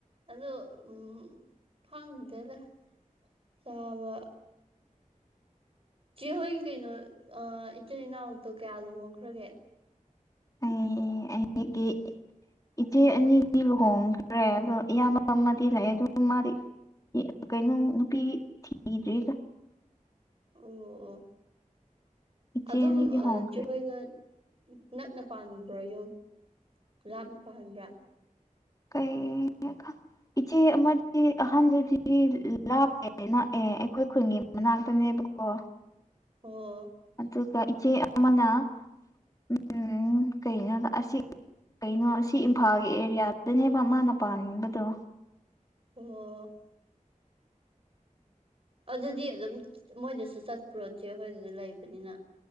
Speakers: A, on the right; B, on the left.
A: ꯑꯗꯣ ꯎꯝ ꯈꯪꯗꯦꯔ ꯆꯥꯎꯕ ꯆꯦꯍꯣꯏ ꯀꯩꯅꯣ ꯏꯆꯤꯜ ꯏꯅꯥꯎꯗꯣ ꯀꯌꯥ ꯂꯨꯍꯣꯡꯈ꯭ꯔꯒꯦ
B: ꯑ ꯑꯩꯒꯤ ꯏꯆꯦ ꯑꯅꯤꯗꯤ ꯂꯨꯍꯣꯡꯈ꯭ꯔꯦ ꯑꯗꯣ ꯏꯌꯥꯝꯕ ꯑꯃꯗꯤ ꯂꯩ ꯑꯗꯨ ꯃꯥꯗꯤ ꯀꯩꯅꯣ ꯅꯨꯄꯤ ꯊꯤꯗ꯭ꯔꯤꯒ
A: ꯑꯣ ꯑꯣ
B: ꯏꯆꯦ
A: ꯑꯗꯨꯝ
B: ꯑꯅꯤꯗꯤ ꯍꯣꯡꯈ꯭ꯔꯦ
A: ꯆꯍꯣꯏꯒ ꯅꯛꯅ ꯄꯥꯟꯕ꯭ꯔꯣ ꯌꯨꯝ ꯂꯥꯞꯅ ꯄꯥꯟꯕ꯭ꯔꯥ
B: ꯀ ꯏꯆꯦ ꯑꯃꯗꯤ ꯑꯍꯥꯟꯕꯗꯤ ꯂꯥꯞꯄꯦ ꯂꯥꯛꯑꯦ ꯑꯩꯈꯣꯏ ꯈꯨꯟꯒꯤ ꯃꯅꯥꯛꯇꯅꯦꯕꯀꯣ
A: ꯑꯣ
B: ꯑꯗꯨꯒ ꯏꯆꯦ ꯑꯃꯅ ꯎꯝ ꯀꯩꯅꯣꯗ ꯑꯁꯤ ꯀꯩꯅꯣ ꯑꯁꯤ ꯏꯝꯐꯥꯜꯒꯤ ꯑꯦꯔꯤꯌꯥ ꯑꯗꯨꯅꯦꯕ ꯃꯥꯅ ꯄꯥꯟꯕꯗꯣ
A: ꯑꯣ ꯑꯗꯨꯗꯤ ꯑꯗꯨꯝ ꯃꯣꯏꯗꯁꯨ ꯆꯠꯄꯨꯔꯣꯠꯇꯦ ꯑꯩꯈꯣꯏꯗꯨꯅ ꯂꯩꯕꯅꯤꯅ